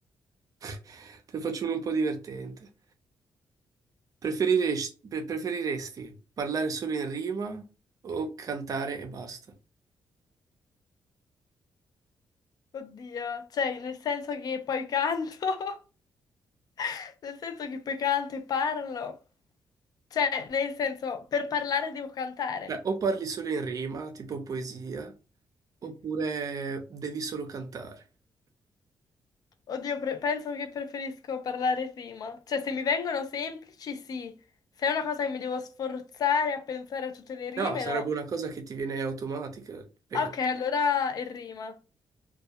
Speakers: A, on the right; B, on the left.
A: <laughs> te ne faccio uno un po' divertente. Preferiresti, pre- preferiresti parlare solo in rima o cantare e basta?
B: Oddio, cioè, nel senso che poi canto, <laughs> nel senso che poi canto e parlo. Cioè, nel senso, per parlare devo cantare.
A: Cioè, o parli solo in rima, tipo poesia, oppure devi solo cantare.
B: Oddio, pre- penso che preferisco parlare prima. Cioè, se mi vengono semplici, sì. Se è una cosa che mi devo sforzare a pensare a tutte le rime,
A: No, sarebbe
B: no.
A: una cosa che ti viene automatica, penso.
B: Ok, allora è rima.